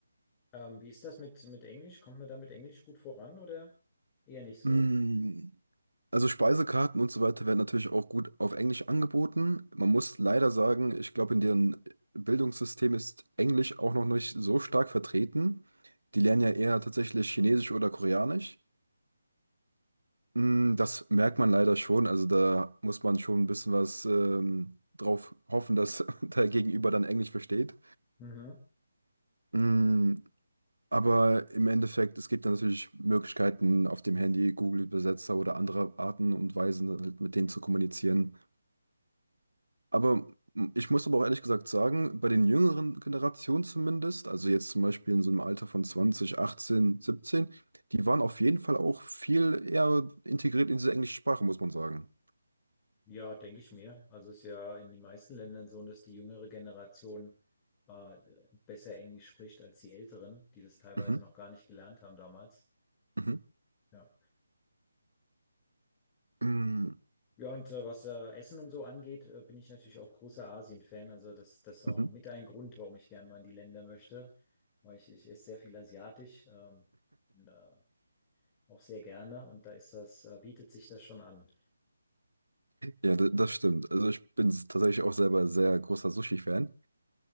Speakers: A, on the left (about 15°); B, on the right (about 80°).
A: Ähm, wie ist das mit, mit Englisch? Kommt man da mit Englisch gut voran oder eher nicht so?
B: Mm. Also Speisekarten und so weiter werden natürlich auch gut auf Englisch angeboten. Man muss leider sagen, ich glaube, in deren Bildungssystem ist Englisch auch noch nicht so stark vertreten. Die lernen ja eher tatsächlich Chinesisch oder Koreanisch. Mm, Das merkt man leider schon. Also da muss man schon ein bisschen was ähm, drauf hoffen, dass <laughs> der Gegenüber dann Englisch versteht.
A: Mhm.
B: Mm, Aber im Endeffekt, es gibt dann natürlich Möglichkeiten auf dem Handy, Google-Übersetzer oder andere Arten und Weisen, halt mit denen zu kommunizieren. Aber ich muss aber auch ehrlich gesagt sagen, bei den jüngeren Generationen zumindest, also jetzt zum Beispiel in so einem Alter von 20, 18, 17, die waren auf jeden Fall auch viel eher integriert in diese englische Sprache, muss man sagen.
A: Ja, denke ich mir. Also ist ja in den meisten Ländern so, dass die jüngere Generation äh, besser Englisch spricht als die Älteren, die das teilweise
B: Mhm,
A: noch gar nicht gelernt haben damals.
B: mhm,
A: Ja.
B: mm,
A: Ja, und äh, was äh, Essen und so angeht, äh, bin ich natürlich auch großer Asien-Fan. Also das, das ist auch
B: mhm.
A: mit ein Grund, warum ich gerne mal in die Länder möchte, weil ich, ich esse sehr viel asiatisch, ähm, und, äh, auch sehr gerne und da ist das, äh, bietet sich das schon an.
B: Ja, d- das stimmt. Also ich bin s- tatsächlich auch selber sehr großer Sushi-Fan.